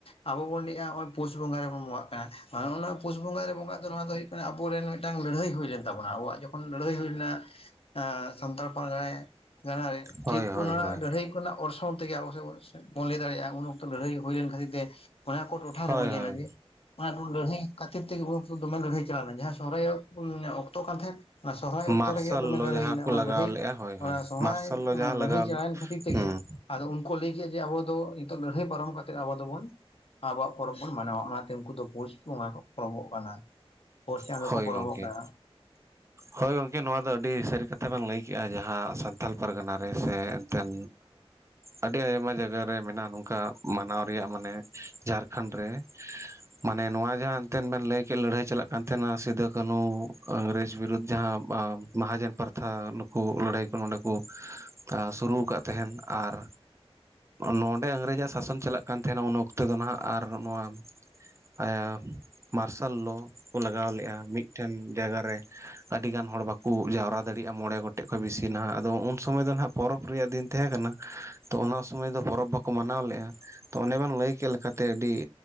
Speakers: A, on the left (about 65°); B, on the right (about 25°).
A: ᱟᱵᱚ ᱵᱚᱱ ᱞᱟᱹᱭᱮᱜᱼᱟ ᱱᱚᱜᱼᱚᱭ ᱯᱩᱥ ᱵᱚᱸᱜᱟ ᱨᱮᱵᱚᱱ ᱢᱚᱸᱜᱟᱜ ᱱᱚᱜ ᱱᱚᱣᱟ ᱯᱩᱥ ᱵᱚᱸᱜᱟ ᱨᱮ ᱵᱚᱸᱜᱟᱜ ᱫᱚ ᱱᱚᱣᱟ ᱫᱚ ᱦᱩᱭᱩᱜ ᱠᱟᱱᱟ ᱟᱵᱚᱨᱮᱱ ᱢᱤᱫᱴᱟᱝ ᱞᱟᱹᱲᱦᱟᱹᱭ ᱦᱩᱭ ᱞᱮᱱ ᱛᱟᱵᱚᱱᱟ ᱟᱵᱚᱣᱟᱜ ᱡᱚ ᱞᱟᱹᱬᱦᱟᱹᱭ ᱦᱩᱭ ᱞᱮᱱᱟ ᱮᱸ ᱥᱟᱱᱛᱟᱲ ᱯᱟᱨᱜᱟᱱᱟ ᱡᱟᱦᱟᱸᱭ
B: ᱦᱳᱭ
A: ᱴᱷᱤᱠ
B: ᱦᱳᱭ
A: ᱚᱱᱟ
B: ᱦᱳᱭ
A: ᱞᱟᱹᱲᱦᱟᱹᱭ ᱠᱚᱱᱟᱜ ᱚᱨᱥᱚᱝ ᱛᱮᱜᱮ ᱟᱵᱚ <unintelligible> ᱵᱚᱱ ᱞᱟᱹᱭ ᱫᱟᱲᱮᱭᱟᱜᱼᱟ ᱩᱱ ᱚᱠᱛᱚ ᱞᱟᱹᱲᱦᱟᱹᱭ ᱦᱩᱭ ᱞᱮᱱ ᱠᱷᱟᱹᱛᱤᱨ ᱛᱮ ᱚᱱᱟ ᱠᱚ ᱴᱚᱴᱷᱟ
B: ᱦᱳᱭ
A: ᱨᱮᱵᱚᱱ ᱧᱮᱞᱟ
B: ᱦᱳᱭ
A: ᱡᱮ ᱚᱱᱟ ᱞᱟᱹᱲᱦᱟᱹᱭ ᱠᱷᱟᱹᱛᱤᱨ ᱛᱮᱜᱮ ᱩᱱ ᱫᱚᱢᱮ ᱞᱟᱹᱲᱦᱟᱹᱭ ᱪᱟᱞᱟᱣᱱᱟ ᱡᱟᱦᱟᱸ ᱥᱚᱨᱦᱟᱭᱚᱜ ᱚᱠᱛᱚ ᱠᱟᱱ ᱛᱟᱦᱮᱸᱫ ᱚᱱᱟ ᱥᱚᱨᱚᱦᱦᱟᱭ ᱚᱠᱛᱚ
B: ᱢᱟᱨᱥᱟᱞ
A: ᱨᱮᱜᱮ ᱫᱚᱢᱮ
B: ᱞᱚ
A: ᱞᱟᱹᱲᱦᱟᱹᱭᱮᱱᱟ
B: ᱡᱟᱦᱟᱸ ᱠᱚ
A: ᱚᱱᱟ
B: ᱞᱟᱜᱟᱣ
A: ᱞᱟᱹᱲᱦᱟᱹᱭ
B: ᱞᱮᱫᱼᱟ ᱦᱳᱭ
A: ᱚᱱᱟ
B: ᱦᱳᱭ
A: ᱥᱚᱨᱦᱟᱭ
B: ᱢᱟᱨᱥᱟᱞ ᱞᱚ ᱡᱟᱦᱟᱸ
A: ᱞᱟᱹᱲᱦᱟᱹᱭ
B: ᱞᱟᱜᱟᱣ
A: ᱪᱟᱞᱟᱣᱮᱱ
B: ᱞᱮᱫ
A: ᱠᱷᱟᱹᱛᱤᱨ ᱛᱮᱜᱮ
B: ᱦᱩᱸ
A: ᱟᱫᱚ ᱩᱱᱠᱩ ᱞᱟᱹᱭ ᱠᱮᱫ ᱡᱮ ᱟᱵᱚ ᱫᱚ ᱱᱤᱛ ᱞᱟᱹᱲᱦᱟᱹᱭ ᱯᱟᱨᱚᱢ ᱠᱟᱛᱮᱜ ᱟᱵᱚ ᱫᱚᱵᱚᱱ ᱟᱵᱚᱣᱟᱜ ᱯᱚᱨᱚᱵᱽ ᱵᱚᱱ ᱢᱟᱱᱟᱣᱟ ᱚᱱᱟᱛᱮ ᱩᱱᱠᱩ ᱫᱚ ᱯᱚᱥᱪ ᱵᱚᱸᱜᱟ ᱠᱚ ᱯᱚᱨᱚᱵᱚᱜ ᱠᱟᱱᱟ ᱯᱩᱥ ᱪᱟᱸᱫᱳ
B: ᱦᱳᱭ
A: ᱠᱚ ᱯᱚᱨᱚᱵᱚᱜ
B: ᱜᱚᱢᱠᱮ
A: ᱠᱟᱱᱟ <inaudible>
B: ᱦᱳᱭ ᱜᱚᱝᱠᱮ ᱱᱚᱣᱟ ᱫᱚ ᱟᱹᱰᱤ ᱥᱟᱹᱨᱤ ᱠᱟᱛᱷᱟ ᱵᱮᱱ ᱞᱟᱹᱭ ᱠᱮᱫᱮᱜᱼᱟ ᱡᱟᱦᱟᱸ ᱥᱟᱱᱛᱟᱲ ᱯᱟᱨᱜᱟᱱᱟ ᱨᱮ ᱥᱮ ᱮᱱᱛᱮᱫ ᱟᱹᱰᱤ ᱟᱭᱢᱟ ᱡᱟᱭᱜᱟ ᱨᱮ ᱢᱮᱱᱟᱜᱼᱟ ᱱᱚᱝᱠᱟ ᱢᱟᱱᱟᱣ ᱨᱮᱭᱟᱜ ᱢᱟᱱᱮ ᱡᱷᱟᱨᱠᱷᱚᱸᱰ ᱨᱮ ᱢᱟᱱᱮ ᱱᱚᱣᱟ ᱡᱟᱦᱟᱸ ᱮᱱᱛᱮᱫ ᱵᱮᱱ ᱞᱟᱹᱭ ᱠᱮᱫ ᱞᱟᱹᱲᱦᱟᱹᱭ ᱪᱟᱞᱟᱜ ᱠᱟᱱ ᱴᱷᱮᱱ ᱢᱟ ᱥᱤᱫᱩ ᱠᱟᱹᱱᱦᱩ ᱤᱝᱨᱮᱡᱽ ᱵᱤᱨᱩᱫᱽ ᱡᱟᱦᱟᱸ ᱢᱚᱦᱟᱡᱚᱱ ᱯᱨᱛᱷᱟ ᱞᱟᱹᱲᱦᱟᱹᱭ ᱠᱚ ᱱᱚᱸᱰᱮ ᱠᱚ ᱥᱩᱨᱩ ᱟᱠᱟᱫ ᱛᱟᱦᱮᱱ ᱟᱨ ᱱᱚᱰᱮ ᱤᱝᱨᱮᱡᱽ ᱟᱜ ᱥᱟᱥᱚᱱ ᱪᱟᱞᱟᱜ ᱠᱟᱱ ᱛᱟᱦᱮᱱᱟ ᱩᱱ ᱚᱠᱛᱮᱚ ᱫᱚ ᱱᱟᱦᱜ ᱟᱨ ᱱᱚᱣᱟ ᱟᱭᱟ ᱢᱟᱨᱥᱟᱞ ᱞᱚ ᱞᱟᱜᱟᱣ ᱞᱮᱫᱼᱟ ᱢᱤᱫᱴᱮᱱ ᱡᱟᱭᱜᱟ ᱨᱮ ᱟᱹᱰᱤ ᱜᱟᱱ ᱦᱚᱲ ᱵᱟᱠᱚ ᱡᱟᱣᱨᱟ ᱫᱟᱲᱮᱭᱟᱜᱼᱟ ᱢᱚᱬᱮ ᱜᱚᱴ ᱴᱮᱡ ᱠᱷᱚ ᱵᱤᱥᱤ ᱱᱟᱦᱟᱜ ᱟᱫᱚ ᱩᱱ ᱥᱚᱢᱚᱭ ᱫᱚ ᱱᱟᱦᱟᱜ ᱯᱚᱨᱚᱵᱽ ᱨᱮᱭᱟᱜ ᱫᱤᱱ ᱛᱟᱦᱮᱸ ᱠᱟᱱᱟ ᱛᱚ ᱚᱱᱟ ᱥᱚᱢᱚᱭ ᱫᱚ ᱯᱚᱨᱚᱵᱽ ᱵᱟᱠ ᱠᱚ ᱢᱟᱱᱟᱣ ᱞᱮᱫᱼᱟ ᱛᱚ ᱚᱱᱮ ᱵᱮᱱ ᱞᱟᱹᱭ ᱠᱮᱫ ᱞᱮᱠᱟᱛᱮ ᱟᱹᱰᱤ